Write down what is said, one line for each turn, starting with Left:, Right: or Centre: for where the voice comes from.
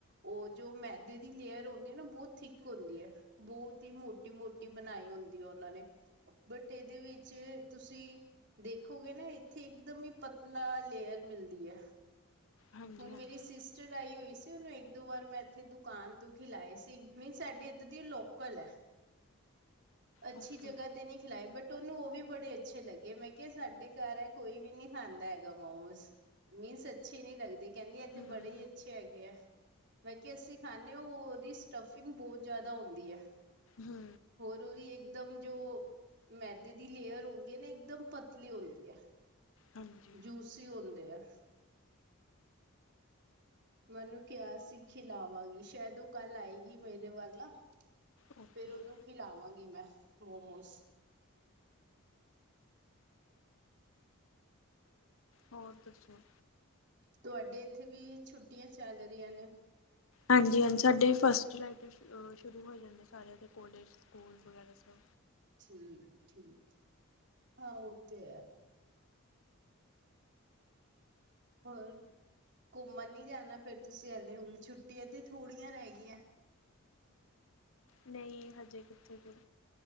Right: ਓ ਜੋ ਮੈਦੇ ਦੀ ਲੇਅਰ ਹੁੰਦੀ ਐ ਨਾ, ਬੋਤ ਥਿੱਕ ਹੁੰਦੀ ੲੈ ਬੋਤ ਈ ਮੋਟੀ-ਮੋਟੀ ਬਣਾਈ ਹੁੰਦੀ, ਓਨਾ ਨੇ, ਬਟ ਏਦੇ ਵਿੱਚ ਤੁਸੀਂ, ਦੇਖੋਗੇ ਨਾ ਏਥੇ ਇੱਕਦਮ ਈ ਪਤਲਾ ਲੇਅਰ ਮਿਲਦੀ ਐ
Left: ਹਾਂਜੀ
Right: ਹੁਣ
Left: ਹਾਂਜੀ ਹਾਂਜੀ
Right: ਮੇਰੀ ਸਿਸ ਚਰਾਈ ਹੋਈ ਸੀ, ਉਨੂੰ ਏਕ-ਦੋ ਵਾਰ ਮੈਂ ਥੇ ਦੁਕਾਨ ਤੋਂ ਖਿਲਾਏ ਸੀ, ਮੀਨ ਸਾਡੀ ਇੱਧਰ ਦੀ ਲੋਕਲ ਐ ਅੱਛੀ
Left: ਓਕੇ
Right: ਜਗਾ ਤੇ ਨਈ ਖਿਲਾਏ ਬਟ ਤੋਨੂੰ ਉਹ ਵੀ ਬੜੇ ਅੱਛੇ ਲੱਗੇ, ਮੈਂ ਕੇਅੲ ਸਾਡੇ ਘੱਰ ਐ ਕੋਈ ਵੀ ਨੀ ਖਾਂਦਾ ਹੈਗਾ ਮੋਮਸ ਮੀਨਸ ਅੱਛੇ ਨੀ ਲੱਗਦੇ, ਕੈੰਦੀ ਆ ਤੇ
Left: ਹਮ
Right: ਬੜੇ ਈ ਅੱਛੇ ਹੈਗੇ ਐ, ਮੈ ਕੇਆ ਅਸੀਂ ਖਾਂਦੇ ਓ, ਓਦੀ ਸਟਫਿੰਗ ਬੋ ਜਾਦਾ ਹੁੰਂਦੀ ਐ
Left: ਹੂੰ
Right: ਹੋਰੋ ਦੀ ਏਕਦਮ ਜੋ ਮੈਦੇ ਦੀ ਲੇਅਰ ਹੁੰਦੀ ਨਾ ਇੱਕਦਮ ਪਤਲੀ ਹੁੰਦੀ ਐ
Left: ਹਾਂਜੀ
Right: ਜੂਸੀ ਓਦੇ ਐ ਮੈਨੂੰ ਓਨੂੰ ਕੇਆ ਸੀ, ਖਿਲਾਵਾਂਗੀ ਸ਼ੈਦ ਓ ਕੱਲ ਆਏਗੀ ਮੇਰੇ ਵੱਲ ਨਾ
Left: ਓਕੇ
Right: ਫੇਰ ਉਨੂੰ ਖਿਲਾਵਾਂਗੀ ਮੈਂ, ਮੋਮੋਸ
Left: ਹੋਰ ਦੱਸੋ
Right: ਤਵਾਡੇ ਏਥੇ ਵੀ ਛੁੱਟੀਆਂ ਚੱਲ ਰੀਆ ਨੇ
Left: ਆਜੀ-ਆਜੀ ਸਾਡੇ ਫਸਟ ਜੁਲਾਈ ਤੋਂ ਸ਼ ਅ ਸ਼ੁਰੂ ਹੋ ਜਾਂਦੇ ਸਾਰੇਆਂ ਦੇ ਕੋਲਜ, ਸਕੂਲ ਵਗੈਰਾ ਸਭ
Right: ਠੀਕ-ਠੀਕ, ਹਾਂ ਓ ਤੇ ਐ ਹੋਰ, ਘੁੰਮਣ ਨੀ ਜਾਣਾ ਫੇਰ ਤੁਸੀ ਐਲੇ, ਹੁਣ ਛੁੱਟੀਆਂ ਤੇ ਥੋੜੀਆ ਰੈਗੀ ਐ
Left: ਨਈ ਹਜੇ ਕਿੱਥੇ ਫੇਰ,